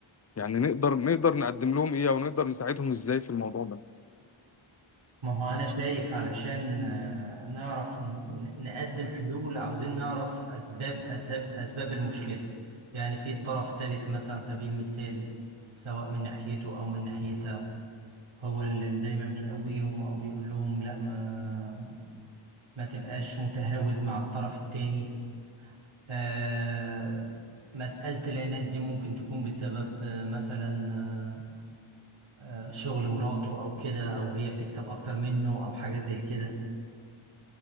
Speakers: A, on the left; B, on the right.
A: يعني نقدر نقدر نقدم لهم إيه أو نقدر نساعدهم إزاي في الموضوع ده
B: ما هو انا شايف علشان آه، نعرف ن- ن- نقدم حلول عاوزين نعرف اسباب اسباب اسباب المشكلة يعني في طرف تالت مثلا على سبيل المثال سواء من ناحيته او من ناحيتها هو اللي دايما بيقويهم او بيقول لهم لا ما ما تبقاش متهاود مع الطرف التاني آه، مسألة العناد دي ممكن تكون بسبب آه، مثلا آه، آه، شغل مراته أو كده أو هي بتكسب أكتر منه أو حاجة زي كده